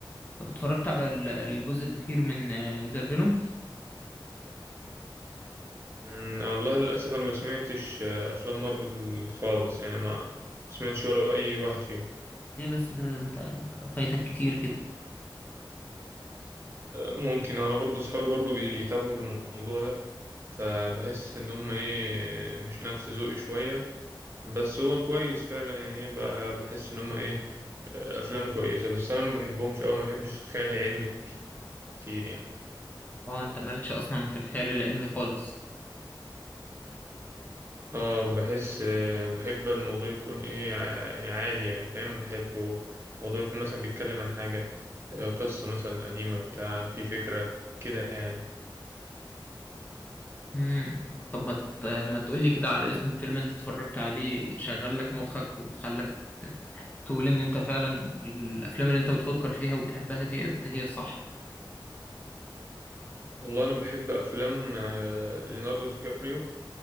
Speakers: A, on the left (about 20°); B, on the right (about 30°).
A: طب اتفرجت على ال- الجزء الاخير من آه، ذا فينوم
B: أمم، والله للاسف انا ما سمعتش آه، افلام مارفل خالص يعني ما سمعتش ولا اي واحد فيهم
A: ليه بس كده انت فايتك كتير كده
B: آه، ممكن انا برضو صحابي برضو بيتابعوا الموضوع ده فبحس ان هم ايه مش نفس ذوقي شويه بس هو كويس فعلا يعني ايه ب- بحس ان هم ايه آه، افلام كويسه بس انا ما بحبهمش او ما بحبش الخيال العلمي كتير يعني
A: اه انت مالكش اصلا في الخيال العلمي خالص
B: اه بحس آه، بحب الموضوع يكون ايه ع- عادي يعني فاهم بحبه الموضوع يكون مثلا بيتكلم عن حاجة آه، قصة مثلا قديمة بتاع في فكرة كده يعني
A: امم طب ما ت- ما تقولي كده على اسم فيلم انت اتفرجت عليه شغل لك مخك وخلاك تقول ان انت فعلا الافلام اللي انت بتفكر فيها وبتحبها ديت هي الصح
B: والله أنا بحب أفلام آه، ليوناردو دي كابريو